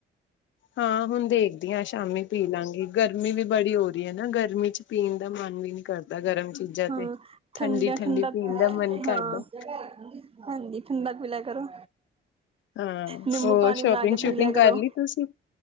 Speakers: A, on the left (about 70°); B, on the right (about 30°).
A: ਹਾਂ ਹੁਣ ਦੇਖਦੀ ਆ ਸ਼ਾਮੀ ਪੀ ਲਾਂਗੀ ਗਰਮੀ ਵੀ ਬੜੀ ਹੋ ਰਹੀ ਐ ਨਾ ਗਰਮੀ ਚ ਪੀਣ ਦਾ ਮਨ ਵੀ ਨੀ ਕਰਦਾ ਗਰਮ ਚੀਜ਼ਾਂ
B: ਹਾਂ
A: ਤੇ
B: ਠੰਡਾ
A: ਠੰਡੀ-ਠੰਡੀ
B: ਠੰਡਾ
A: ਪੀਣ ਦਾ ਮਨ
B: ਹਾਂ
A: ਕਰਦਾ‌।
B: ਹਾਂਜੀ ਠੰਡਾ ਪੀ ਲਿਆ ਕਰੋ।
A: ਹਾਂ,
B: ਨਿੰਬੂ
A: ਹੋਰ
B: ਪਾਣੀ
A: ਸ਼ੋਪਿੰਗ
B: ਬਣਾ ਕੇ ਪੀ
A: ਸ਼ੂਪਿੰਗ
B: ਲਿਆ
A: ਕਰ
B: ਕਰੋ
A: ਲਈ ਤੁਸੀਂ?